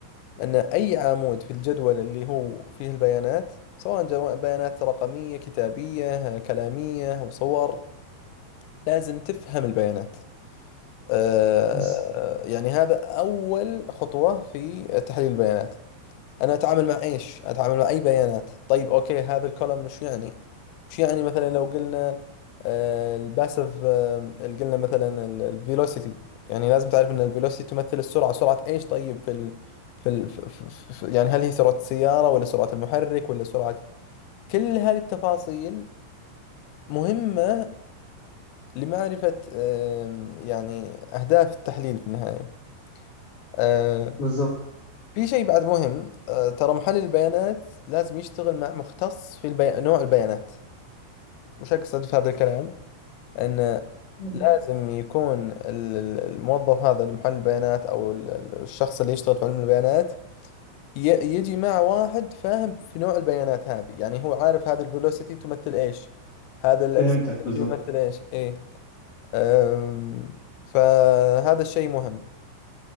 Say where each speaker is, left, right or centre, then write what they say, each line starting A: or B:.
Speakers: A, on the left; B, on the left.
A: ان اي عمود في الجدول اللي هو فيه البيانات سواء جو- بيانات رقمية كتابية آه، كلامية وصور لازم تفهم البيانات آه،
B: بس-
A: يعني هذا أول خطوة في تحليل البيانات أنا أتعامل مع إيش؟ أتعامل مع أي بيانات طيب أوكي هذا الكولمن وش يعني؟ وش يعني مثلا لو قلنا الباسف اللي قلنا مثلا الفيلوسيتي يعني لازم تعرف أن الفيلوسيتي تمثل السرعة سرعة إيش طيب في ال... في ال... في في في يعني هل هي سرعة السيارة ولا سرعة المحرك ولا سرعة كل هذه التفاصيل مهمة لمعرفة آم، يعني أهداف التحليل في النهاية آه،
B: بالظبط
A: في شيء بعد مهم آه، ترى محلل البيانات لازم يشتغل مع مختص في البي... نوع البيانات وش أقصد في هذا الكلام؟ أن
B: مم.
A: لازم يكون ال- ال- الموظف هذا المحلل البيانات أو ال- ال- الشخص اللي يشتغل في علم البيانات ي- يجي مع واحد فاهم في نوع البيانات هذه يعني هو عارف هذا الفيلوسيتي تمثل إيش هذا الأكسلريشن
B: فهمتك بالظبط
A: يمثل إيش إيه أم، فهذا الشيء مهم